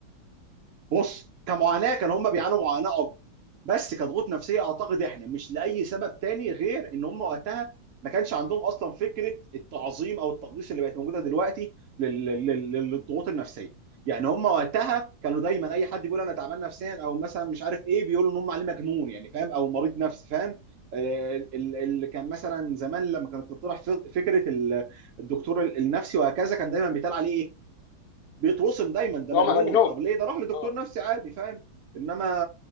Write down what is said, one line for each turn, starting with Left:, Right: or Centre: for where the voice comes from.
Right: بص كمعاناه كان هم بيعانوا معاناه اكبر بس كضغوط نفسيه اعتقد احنا مش لاي سبب تاني غير ان هم وقتها ما كانش عندهم اصلا فكره التعظيم او التقديس اللي بقت موجوده دلوقتي لل- لل- لل- للضغوط النفسيه يعني هم وقتها كانوا دايما اي حد بيقول انا تعبان نفسيا او مثلا مش عارف ايه بيقولوا ان هم عليه مجنون يعني فاهم او مريض نفسي فاهم آه، ال- اللي كان مثلا زمان لما كانت تطرح فكره ال- الدكتور النفسي وهكذا كان دايما بيتقال عليه إيه؟ بيتوصم دايما ده
Left: هم
Right: مجنون
Left: مجنون
Right: طب ليه ده راح لدكتور
Left: اه
Right: نفسي عادي فاهم انما